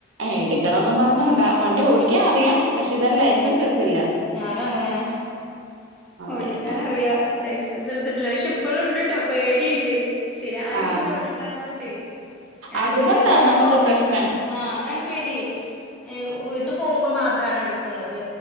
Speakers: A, on the right (about 85°); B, in the centre.
A: എട് ക്കണൊന്നുംപറഞ്ഞോണ്ടാ വണ്ടിഓടിക്കാൻ
B: ഉം
A: അറിയാം പക്ഷേ ഇതരെലൈസൻസ് എട്ത്തില്ല
B: ഞാനുംഅങ്ങനെ ഓടിക്കാനറിയാ
A: പിന്നെ
B: ലൈസൻസ് ഇട്ത്തിട്ടില്ല പക്ഷെ ഇപ്പളുംണ്ട്ട്ടോ പേടിണ്ട് സ്ഥിരായിട്ട്ങ്ങനെ
A: ആഹ്
B: ഓടിക്കാത്തൊണ്ടേയ് ഞാന്
A: അതുകൊണ്ടാ
B: വീട്ട്പോവുമ്പോ
A: നമുക്ക് പ്രശ്നം
B: ആഹ് അതാണ്പേടി വീട്ട്പോവുമ്പോ മാത്രാണ് എട്ക്കുന്നത്